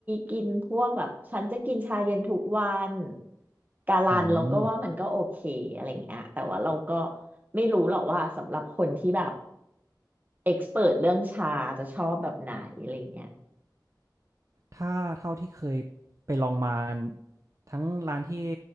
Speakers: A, on the right (about 25°); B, on the right (about 45°).
A: กินพวกแบบฉันจะกินชาเย็นทุกวันกาลันเราก็ว่ามันก็โอเคอะไรอย่างเงี้ยแต่ว่าเราก็
B: อืม
A: ไม่รู้หรอกว่าสำหรับคนที่แบบเอ็กซ์เเรื่องชาจะชอบแบบไหนอะไรอย่างเงี้ย
B: ถ้าเท่าที่เคยไปลองมาทั้งร้านที่